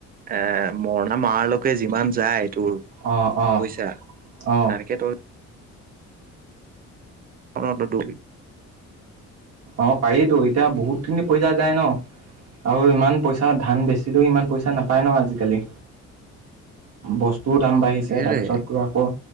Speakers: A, on the right; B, on the right.
A: এ মৰণা মাৰালৈকে যিমান যায় তোৰ
B: অ অ
A: পইচা তেনেকে
B: অ
A: তই অ তো তো
B: অ পাৰিতো এতিয়া বহুতখিনি পইছা যায় ন। আৰু ইমান পইছা ধান বেচিলেও ইমান পইচা নাপায় ন আজিকালি। বস্তুৰ দাম বাঢ়িছে
A: সেইটোৱে
B: তাৰপিছতো আও